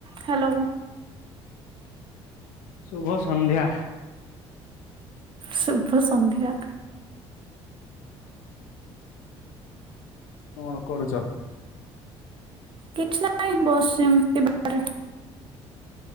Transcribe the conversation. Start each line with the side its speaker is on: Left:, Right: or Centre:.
Right: Hello.
Left: ଶୁଭ ସନ୍ଧ୍ୟା।
Right: ଶୁଭ ସନ୍ଧ୍ୟା।
Left: କଣ କରୁଛ?
Right: କିଛି ନାହିଁ ବସିଚି ଏମିତି ବାହାରେ।